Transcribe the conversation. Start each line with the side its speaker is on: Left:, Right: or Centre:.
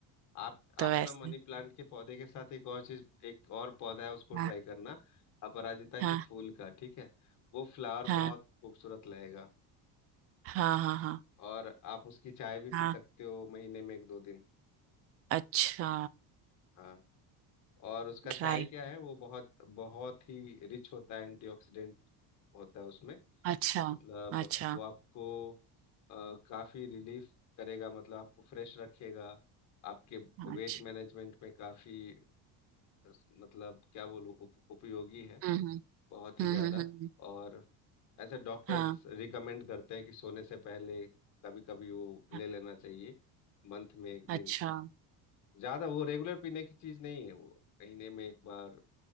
Left: आप आप
Right: तो वैसे
Left: ना मनी प्लांट के पौधे के साथ एक और चीज एक और पौधा है उसको
Right: हाँ
Left: ट्राई करना अपराजिता के
Right: हाँ
Left: फूल का ठीक है वो फ्लावर
Right: हाँ
Left: बहुत खूबसूरत लगेगा
Right: हाँ हाँ हाँ
Left: और आप उसकी चाय भी
Right: हाँ
Left: पी सकते हो महीने में एक दो दिन
Right: अच्छा
Left: हाँ और उसका
Right: ट्राई
Left: चाय क्या है वो बहुत बहुत ही रिच होता है एंटीऑक्सीडेंट होता है उसमें
Right: अच्छा
Left: मतलब
Right: अच्छा
Left: वो आपको अ, काफी रिलीफ करेगा मतलब आपको फ्रेश रखेगा आपके वेट
Right: अच्छा
Left: मैनेजमेंट में काफी अ, मतलब क्या बोलूँ उप, उपयोगी है
Right: हम्म हम्म
Left: बहुत ही
Right: हम्म
Left: ज्यादा
Right: हम्म हम्म,
Left: और ऐसे डॉक्टर्स
Right: हाँ
Left: रिकमेंड करते हैं कि सोने से पहले कभी कभी वो ले
Right: हाँ,
Left: लेना चाहिए मंथ में एक दिन
Right: अच्छा
Left: ज्यादा वो रेगुलर पीने की चीज नहीं है वो महीने में एक बार